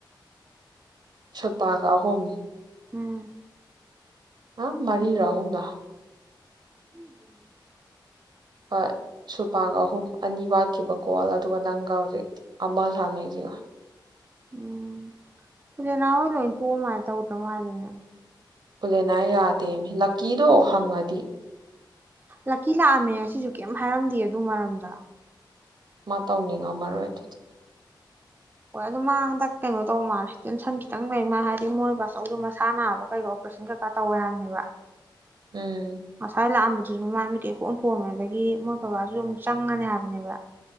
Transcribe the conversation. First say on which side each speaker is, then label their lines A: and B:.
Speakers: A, on the right; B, on the right.
A: ꯁꯤꯜꯄꯥꯈ ꯑꯍꯨꯝ
B: ꯎꯝ
A: ꯑ ꯃꯔꯤꯔꫭ ꯍꯨꯝꯔꫭ
B: <unintelligible>
A: ꯍꯣꯏ꯫ ꯁꯨꯜꯄꯥꯒ ꯑꯍꯨꯝ ꯑꯅꯤ ꯋꯥꯠꯈꯤꯕꯀꯣ ꯑꯗꯨꯒ ꯅꯪꯒ ꯍꯧꯖꯤꯛ ꯑꯃ ꯁꯥꯅꯩꯁꯤꯒ꯫
B: ꯎꯝ ꯄꯦꯂꯦꯅꯥ ꯍꫭꯏ ꯂꫭꯏꯅ ꯇꫭꯛꯑ ꯃꯥꯜꯂꯦ ꯇꯧꯗ꯭ꯔ ꯃꯥꯂꯤꯅꯦ꯫
A: ꯀꯨꯂꯦꯅꯥ ꯌꯥꯗꯦ ꯂꯛꯀꯤꯗꯣ ꯍꯪꯑꯗꯤ
B: ꯂꯀꯤ ꯂꯥꯛ ꯑꯝꯃꯦ ꯉꯁꯤꯁꯨ ꯀꯩꯝ ꯍꯥꯏꯔꯝꯗꯦ ꯑꯗꯨ ꯃꯔꯝꯗ
A: ꯃꯥ ꯇꯧꯅꯤꯡ ꯉꯝꯃꯔꯣꯏ ꯑꯗꯨꯗꯤ
B: ꯍꯣꯏ ꯑꯗꯨ ꯃꯥ ꯍꯟꯗꯛ ꯀꯩꯅꯣ ꯇꯧ ꯃꯥꯜꯂꯦ ꯇꯦꯟꯁꯟ ꯈꯤꯇꯪ ꯂꯩ ꯃꯥ ꯍꯥꯏꯗꯤ ꯃꯣꯏꯕꯥꯆꯧꯁꯨ ꯃꯁꯥ ꯅꯥꯕ ꯀꯩꯗꯧꯕ ꯑꯣꯄꯔꯦꯁꯟ ꯀꯩꯀꯥ ꯇꯧꯋꯦ ꯍꯥꯏꯕꯅꯦꯕ
A: ꯎꯝ
B: ꯉꯁꯥꯏ ꯂꯥꯛ ꯑꯝꯕ ꯑꯗꯨꯁꯨ ꯃꯃꯥꯏ ꯃꯃꯤꯠ ꯀ ꯏꯄꫭꯝ ꯄꯣꯝꯃꯦ ꯑꯗꯒꯤ ꯃꯣꯏ ꯕꯕꯥꯁꯨ ꯑꯃꯨꯛ ꯆꯪꯉꯅꯤ ꯍꯥꯏꯕꯅꯦꯕ